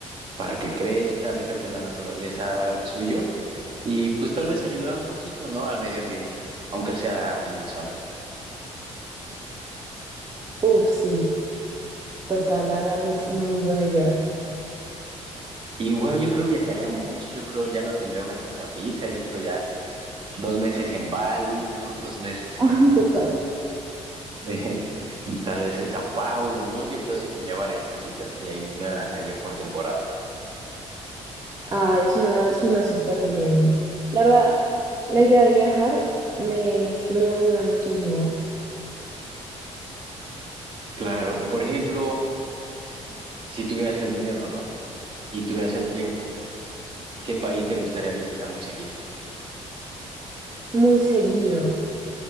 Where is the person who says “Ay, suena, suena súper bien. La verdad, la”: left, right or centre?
Right